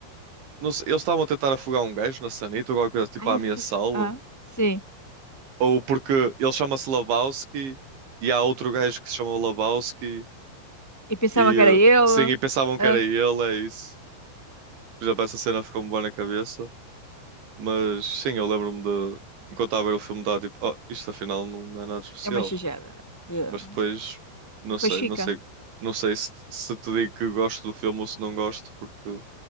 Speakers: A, on the right (about 70°); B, in the centre.
A: Não sei, Eles estavam a tentar afogar um gajo na sanita ou alguma coisa tipo
B: Ah, é
A: a ameaçá-lo.
B: a fuca. Ah, sim.
A: Ou porque ele chama-se Lebowski e há outro gajo que se chama Lebowski
B: E pensava
A: e
B: que era ele.
A: eh, sim, e pensavam que
B: Ah,
A: era ele, é isso. Por exemplo, essa cena ficou-me boa na cabeça. Mas sim, eu lembro-me de. Enquanto estava a ver o filme, estava tipo, oh, isto afinal não é nada especial.
B: é uma xijada. Yeah.
A: Mas depois, não sei,
B: Pois fica.
A: não sei, não sei se, se te digo que gosto do filme ou se não gosto, porque